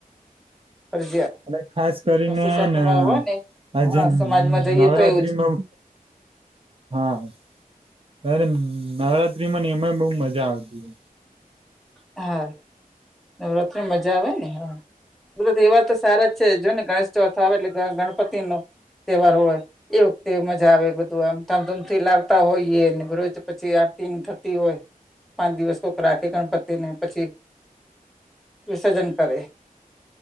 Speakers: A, in the centre; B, on the right.
A: ફરજિયાત.
B: અને ખાસ કરીને
A: સોસાયટીમાં
B: ને આ
A: હોય ને
B: આ જેમ
A: હા સમાજમાં જઈએ
B: નવરાત્રીમાં
A: તો એવું જ
B: હા ડાયરેક્ટ નવરાત્રીમાંની અમે બઉ મજા આવતી.
A: હા નવરાત્રા મજા આવે ને હા. પ તહેવાર તો સારા જ છે, જો ને ગણેશ ચોથ આવે એટલે ગણ ગણપતિ નો તહેવાર હોય. એ વખતે મજા આવે બધું આમ ધામધૂમથી લાવતા હોઈએને રોજ પછી આરતી થતી હોય. પાંચ દિવસ કોક રાખે ગણપતિ. તેને પછી વિસર્જન કરે.